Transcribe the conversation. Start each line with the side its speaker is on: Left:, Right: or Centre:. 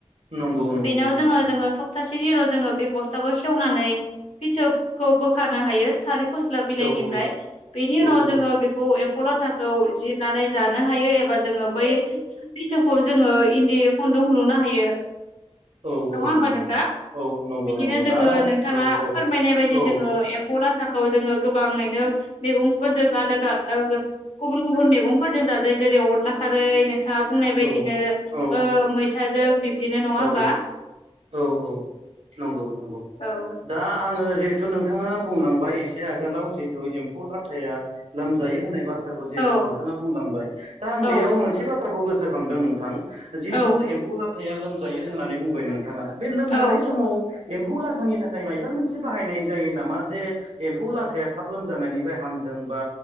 Right: नंगौ नंगौ
Left: बेनाव
Right: नंगौ
Left: जोङो
Right: नोंथां
Left: जोङो सप्तासे सेनि उनाव जोङो बे बस्थाखौ सेवनानै फिथोबखौ बोखानो हायो थालिर फस्ला बिलाइनिफ्राय
Right: औ औ
Left: बेनि उनाव
Right: औ
Left: जोङो
Right: औ
Left: बेखौ एम्फौ लाथाखौ जिरनानै जानो हायो एबा जोङो बै बिथोबखौ जोंड़ो इन्दि खन खौ लुनो हायो।
Right: औ-
Left: नङा
Right: औ
Left: होमबा
Right: नंगौ
Left: नोंथां
Right: औ। नंगौ
Left: बिदिनो
Right: नंगौ
Left: जोङो
Right: दा
Left: नोंथाङा
Right: औ औ
Left: फोरमायनाय बायदि
Right: औ
Left: जोङो एम फौ लाथाखौ जोङो गोबाङैनो मैगंफोरजों आलादा गुबुन- गुबुन मैगंफोरजों जाजायो जेरै अनला खारै नों नोंथाङा बुंनाय बायदिनो
Right: औ
Left: ओ
Right: औ
Left: मैथाजों बिब्दिनो नङा
Right: औ
Left: होमबा?
Right: औ- औ नंगौ नंगौ
Left: औ
Right: दा आङो जिहेतु नोंथाङा बुंलांबाय एसे आगोलाव जिहेतु एम्फौ लाथाया लोमजायो होननाय बाथ थ्राखौ जिहेथु
Left: औ
Right: नोंथाङा बुंलांबाय दा आं
Left: औ
Right: बेयाव
Left: नंगौ
Right: मोनसे बाथ्राखौ गोसोखांदों नोंथां जिथु
Left: औ
Right: एम्फौ लाथ थाया लोमजायो होननानै बुंबाय नोंथाङा बे लोमजानाय
Left: औ
Right: समाव एम्फौ लाथानि थाखाय मायबा मोनसे बाहायनाय जायो नामा जे एम्फौ लाथाया थाब लोमजानायनि हामथों बा